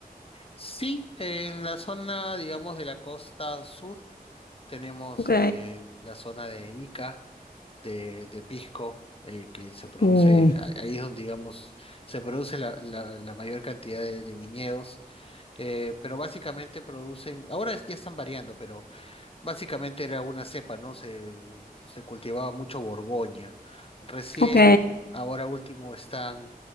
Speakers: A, on the left; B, on the left.
A: Sí, en la zona, digamos, de la costa sur tenemos
B: Ok,
A: eh, la zona de Ica de, de pisco eh, que se produce,
B: Uh,
A: a- ahí es donde digamos se produce la, la, la mayor cantidad de, de viñedos, eh, pero básicamente producen, ahora es- ya están variando, pero básicamente era una cepa, ¿no? Se, se cultivaba mucho Borgoña. Recién,
B: ok.
A: ahora último, están